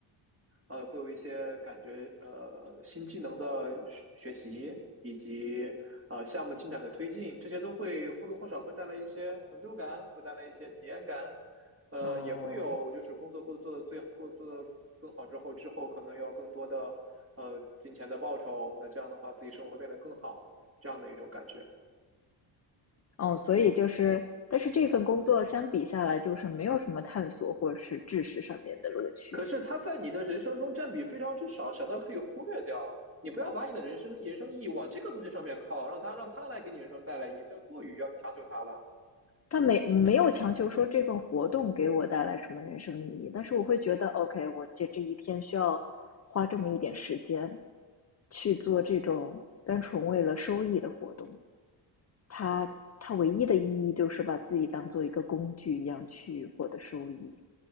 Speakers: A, on the right; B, on the left.
A: 呃，会有一些感觉呃新技能的学学习，以及呃项目进展的推进，这些都会或多或少会带来一些成就感，会带来一些体验感，呃，
B: 哦
A: 也会有就是工作过得做的最过做的更好之后，之后可能有更多的呃金钱的报酬，那这样的话自己生活会变得更好，这样的一种感觉。
B: 哦，所以就是，但是这份工作相比下来，就是没有什么探索或者是知识上面的乐趣啊。
A: 可是它在你的人生中占比非常之少，小到可以忽略掉啊。你不要把你的人生人生意义往这个东西上面靠，让它让它来给你人生带来意义，这过于要强求它了。
B: 他没没有强求说这份活动给我带来什么人生意义，但是我会觉得，OK，我这这一天需要花这么一点时间去做这种单纯为了收益的活动，它它唯一的意义就是把自己当做一个工具一样去获得收益。